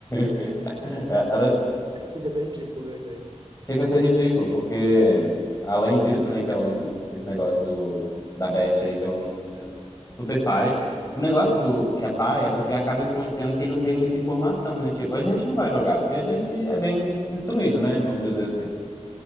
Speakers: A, on the left; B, on the right.
A: <laughs> é- ela
B: <laughs> Chega a ser ridículo, né, velho?
A: chega a ser ridículo, porque além disso, né, que é o- esse negócio do, da Beth aí, que é um é super pai. O negócio do que é pai é porque acaba influenciando quem não tem muita informação, né? Tipo, a gente não vai jogar, porque a gente é bem instruído, né? Vamos dizer assim.